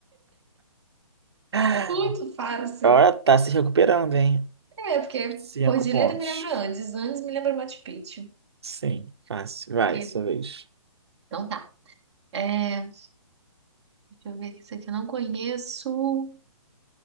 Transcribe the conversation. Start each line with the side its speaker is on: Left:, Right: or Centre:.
Right: <laughs>
Centre: Muito fácil.
Right: Agora tá se recuperando, hein?
Centre: É, porque
Right: Cinco
Centre: Cordilheira
Right: pontos.
Centre: me lembra Andes, Andes me lembra Machu Picchu.
Right: Sim, fácil. Vai,
Centre: Pego.
Right: sua vez.
Centre: Então tá. É, deixa eu ver que isso aqui eu não conheço.